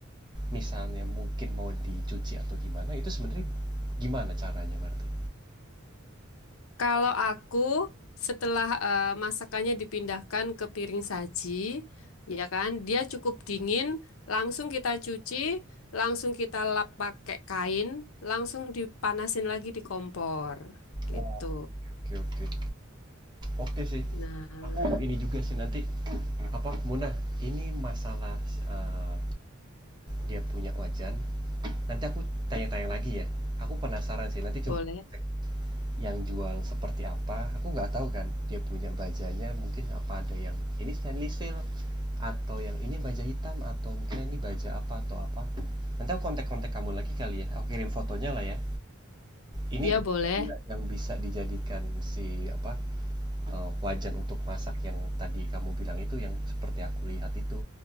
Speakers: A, on the right; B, on the left.
A: misalnya mungkin mau dicuci atau gimana, itu sebenarnya gimana caranya berarti?
B: Kalau aku setelah eh, masakannya dipindahkan ke piring saji, ya kan, dia cukup dingin, langsung kita cuci, langsung kita lap pakai kain, langsung dipanasin lagi di kompor, gitu.
A: Oh, oke oke. Oke sih.
B: Nah,
A: Aku ini juga sih nanti apa Muna, ini masalah eh, dia punya wajan. Nanti aku tanya-tanya lagi ya. Aku penasaran sih. Nanti coba
B: boleh.
A: cek yang jual seperti apa. Aku nggak tahu kan dia punya bajanya mungkin apa ada yang ini stainless steel Atau yang ini baja hitam atau mungkin ini baja apa atau apa. Nanti aku kontak-kontak kamu lagi kali ya. Aku kirim fotonya lah ya. Ini
B: Iya, boleh.
A: yang bisa dijadikan si apa eh, wajan untuk masak yang tadi kamu bilang itu yang seperti aku lihat itu.